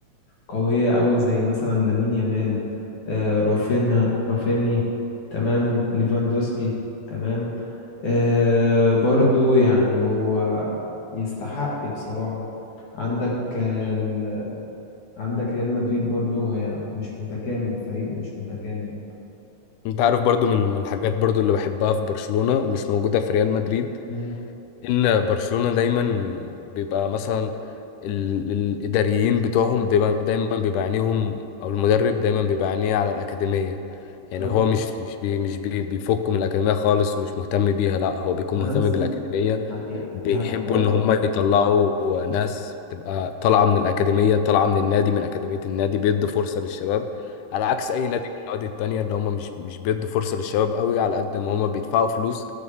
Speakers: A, on the left; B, on the left.
A: قوية قوي زي مثلا لامين يامال آه رافينها رافيني تمام ليفاندوسكي تمام آه برضو يعني هو يستحق بصراحة عندك آه ال... عندك ريال مدريد برضو هي مش متكامل فريق مش متكامل
B: انت عارف برضو من من الحاجات برضو اللي بحبها في برشلونة ومش موجودة في ريال مدريد
A: مم.
B: ان برشلونة دايما بيبقى مثلا ال- الاداريين بتوعهم بيبقى دايما بيبقى عينيهم او المدرب دايما بيبقى عينيه على الاكاديمية يعني
A: اه
B: هو مش مش بي مش بي بيفك من الاكاديمية خالص ومش مهتم بيها لا هو بيكون
A: هانسي
B: مهتم بالاكاديمية
A: يعني
B: بيحبوا
A: ها اه
B: ان هم يطلعوا ناس تبقى طالعه من الاكاديميه طالعه من النادي من اكاديميه النادي بيدوا فرصه للشباب على عكس اي نادي من النوادي التانية اللي هم مش مش بيدوا فرصه للشباب قوي على قد ما هم بيدفعوا فلوس